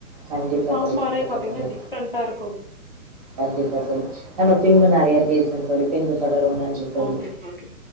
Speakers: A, on the right; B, on the left.
A: கண்டிப்பா
B: சாம்பாரே
A: தோழி கண்டிப்பா
B: பாத்தீங்கன்னா
A: தோழி
B: டிஃப்ரெண்டா இருக்கு
A: கண்டிப்பா தோழி நம்ம பின்பு நெறையா பேசனும் தோழி பின்பு தொடருவோ நன்றி தோழி
B: ஓகே ஓகே